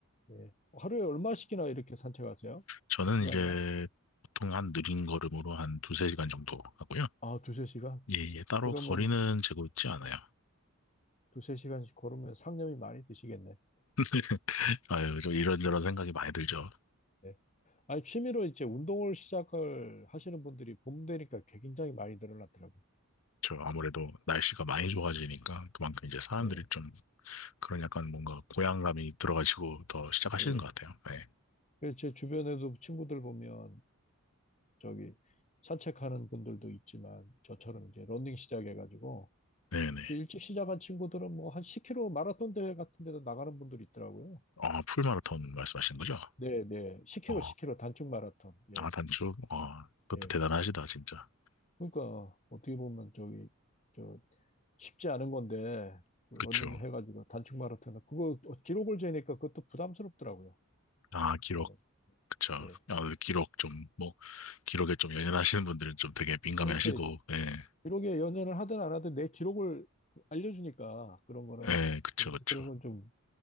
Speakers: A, on the left; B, on the left.
A: 예. 하루에 얼마씩이나 이렇게 산책하세요?
B: 저는
A: 몇 시간이나?
B: 이제 보통 한 느린 걸음으로 한 두세 시간 정도 하고요.
A: 아, 두세 시간?
B: 예, 예, 따로
A: 그러면,
B: 거리는 재고 있지 않아요.
A: 예, 두세 시간씩 걸으면 상념이 많이 드시겠네.
B: <laughs> 아유, 저 이런저런 생각이 많이 들죠.
A: 예. 아니, 취미로 이제 운동을 시작을 하시는 분들이 봄 되니까 굉장히 많이 늘어났더라고요.
B: 저 아무래도 날씨가 많이 좋아지니까 그만큼 이제 사람들이
A: 예,
B: 좀 그런 약간 뭔가 고향감이 들어가지고 더 시작하시는
A: 예.
B: 것 같아요. 네.
A: 그래서 제 주변에도 친구들 보면 저기 산책하는 분들도 있지만 저처럼 이제 러닝 시작해가지고
B: 네네.
A: 좀 일찍 시작한 친구들은 뭐 한 10km 마라톤 대회 같은 데도 나가는 분들이 있더라고요.
B: 어, 풀마라톤 말씀하시는 거죠?
A: 네, 네. 10km,
B: 어,
A: 10km 단축 마라톤. 예,
B: 아, 단축? 어, 그것도
A: 예.
B: 대단하시다, 진짜.
A: 그러니까 어떻게 보면 저기 저 쉽지 않은 건데 그 러닝
B: 그쵸.
A: 해가지고 단축 마라톤 그거 기록을 재니까 그것도 부담스럽더라고요.
B: 아, 기록.
A: 그런 거.
B: 그쵸.
A: 예.
B: 아무래도 기록 좀, 뭐, 기록에 좀 연연하시는 분들은 좀 되게 민감해
A: 아니
B: 하시고,
A: 그
B: 예,
A: 기록에 연연을 하든 안 하든 내 기록을 알려주니까 그런 거는
B: 예, 그쵸, 그쵸.
A: 그런 건좀